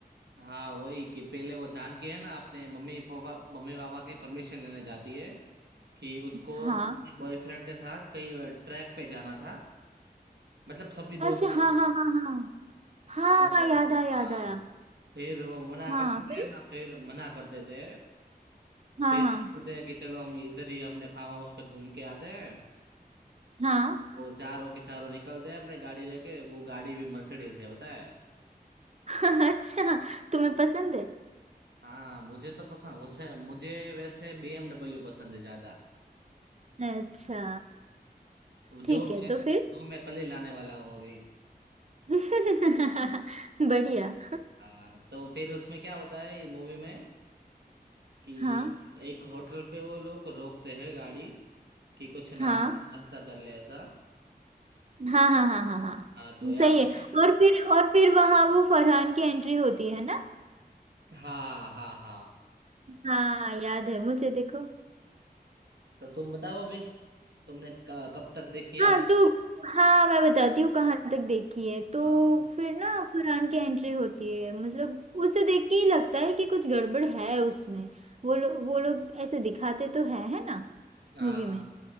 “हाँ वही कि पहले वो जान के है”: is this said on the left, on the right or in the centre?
Right